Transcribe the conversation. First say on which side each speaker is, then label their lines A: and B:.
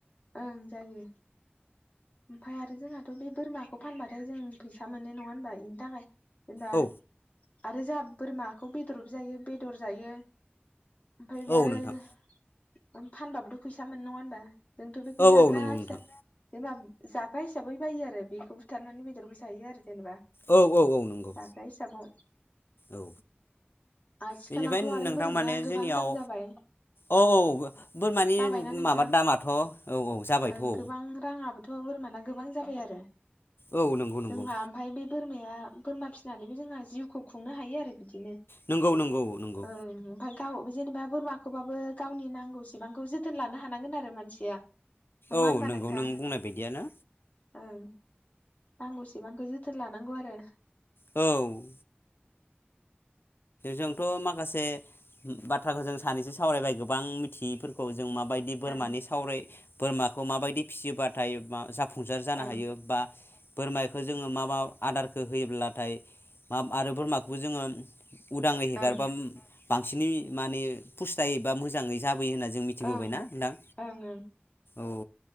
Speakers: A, on the left; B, on the left.
A: ओं जायो ओमफफ्राय आरो जोंहाथ' बे बोरमाखौ फानबाथाय जों फैसा मोनो नङा होनबा बेनि थाखाय एबा
B: औ
A: आरो जों बोरमाखौ बेदर जायो बेदर जायो <unintelligible>
B: औ नोंथां
A: फानबाबोथ' फैसा मोनो नङा होनबा? जोंथ' बेखौ
B: औ
A: जाग्रा
B: औ नंगौ
A: हिसा
B: नोंथां
A: जेनेबा जाग्रा हिसाबै बायो आरो बेखौ बुथारनानै बेदरखौ जायो आरो जेनेबा
B: औ औ औ नंगौ
A: जाग्रा हिसाबाव
B: औ
A: आथिखालावथ'
B: बेनिफ्राय
A: आरो
B: नोंथां
A: बोरमाया
B: माने
A: गोबां
B: जोंनियाव
A: दाम जाबाय
B: औ औ बोरमानि
A: जाबायना नोंथां
B: माबा दामाथ' औ जाबायथ'
A: ओं
B: औ
A: गोबां रां आंहाबोथ' बोरमाना गोबां जाबाय आरो
B: औ नंगौ नंगौ
A: जोंहा ओमफ्राय बे बोरमाया बोरमा फिसिनानैबो जोंहा जिउखौ खुंनो हायो आरो बिदिनो
B: नंगौ नंगौ नंगौ
A: औ ओमपाय गाव जेनेबा बोरमाखौबाबो गावनि नांगौसेबांखौ जोथोन लानो हानांगोन आरो मानसिया नङा
B: औ
A: होनबा
B: नोंगौ
A: नोंथां
B: नों बुंनाय बायदियानो
A: ओं नांगौसेबांखौ जोथोन लानांगौ आरो
B: औ जोंथ' माखासे बाथ्राखौ जों सानैसो सावरायबाय गोबां मिथियैफोरखौ जों माबायदि बोरमानि
A: ओं
B: सावराय बोरमा खौ माबायदि फिसियोबाथाय मा जाफुंसार जानो
A: ओं
B: हायो बा बोरमायखौ जोङो मा मा आदारखो होयोब्लाथाय मा आरो बोरमाखौबो जोङो उदाङै हेगारबाम
A: ओं
B: बां सिनि माने फुस्थायैबा मोजाङै जा बोयो होनना जों मिथिबोबायना
A: ओं
B: नोंथां
A: ओं ओं
B: औ